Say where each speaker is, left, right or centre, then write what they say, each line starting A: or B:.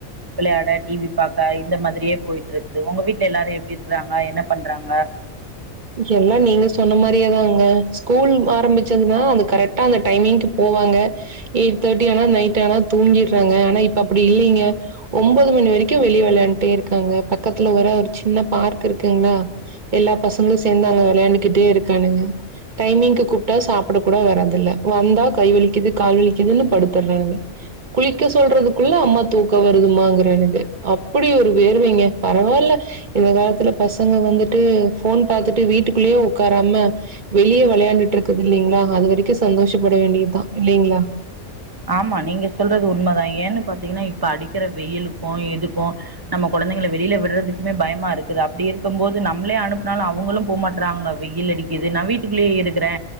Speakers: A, on the right; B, on the right.
A: விளையாட டி வி பாக்க இந்த மாத்ரியே போயிட்ருக்குது உங்க வீட்ல எல்லாரு எப்டி இருக்கறாங்க என்ன பண்றாங்க
B: எல்லா நீங்க சொன்ன மாரியே தாங்க ஸ்கூல் ஆரம்பிச்சதுன்னா அது கரெக்டா அந்த டைமிங்க்கு போவாங்க எயிட் தேட்டி ஆனா நைட் ஆனா தூங்கிட்றாங்க ஆனா இப்ப அப்டி இல்லைங்க ஒம்பது மணி வரைக்கு வெளிய வெளையாண்ட்டே இருக்காங்க பக்கத்துல வேற ஒரு சின்ன பார்க் இருக்குங்ளா எல்லா பசங்களு சேந்து அங்க வெளையாண்டுக்கிட்டே இருக்கானுங்க டைமிங்க்கு கூப்டா சாப்பட கூட வராதில்ல வந்தா கை வலிக்குது கால் வலிக்குதுன்னு படுத்துர்றாங்க குளிக்க சொல்றதுக்குள்ள அம்மா தூக்கோ வருதுமாங்கிறானுக அப்டி ஒரு வேர்வைங்க பரவால்ல இந்த காலத்துல பசங்க வந்துட்டு ஃபோன் பாத்துட்டு வீட்டுக்குள்ளேயே உக்காராம வெளிய வெளையாண்டுட்ருக்குது இல்லைங்ளா அது வரைக்கு சந்தோஷப்பட வேண்டியதுதா இல்லைங்களா
A: ஆமா நீங்க சொல்றது உண்மதா ஏன்னு பாத்தீங்கன்னா இப்ப அடிக்கிற வெயிலுக்கு இதுக்கு நம்ம கொழந்தைங்கள வெளில விட்றதுக்குமே பயமா இருக்குது அப்டி இருக்கும் போது நம்மளே அனுப்புனாலு அவுங்களு போ மாட் றாங்க வெயில் அடிக்குது நா வீட்டுக்குள்ளயே இருக்கறே